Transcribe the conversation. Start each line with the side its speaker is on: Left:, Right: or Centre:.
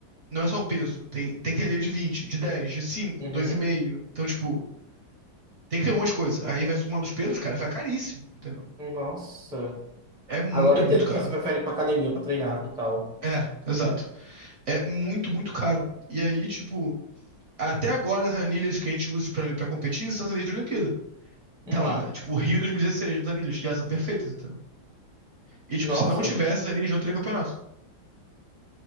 Right: Não é só o peso. Tem, tem que ter dele de 20, de 10, de cinco,
Centre: Uhum.
Right: dois e meio. Então, tipo, tem que ter um monte de coisa. Aí vai somando os pesos, cara, fica caríssimo, entendeu?
Centre: Nossa.
Right: É muito,
Centre: Agora eu
Right: muito
Centre: entendo
Right: caro.
Centre: porque você prefere ir pra academia pra treinar e tal.
Right: É, exato. É muito, muito caro. E aí, tipo, até agora as anilhas que a gente usa de- pra, pra competir são as anilhas de Olimpíada.
Centre: Uhum.
Right: Tá lá, tipo, Rio 2016, nas anilhas, que elas são perfeitas, entendeu? E, tipo,
Centre: Nossa,
Right: se não tivesse as anilhas, não teria campeonato.